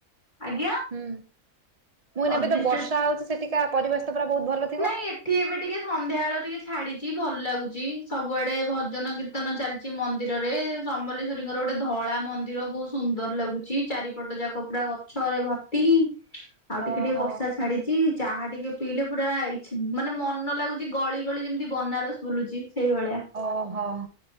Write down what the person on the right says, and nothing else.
ହୁଁ ମୁଇଁ ନେବ
ତ ବର୍ଷା ହୋଉଚି ସେଠିକା ପରିବେଶ ତ ପୁରା ବୋହୁତ ଭଲ ଥିବ।
ଓହୋ।
ଓହୋ।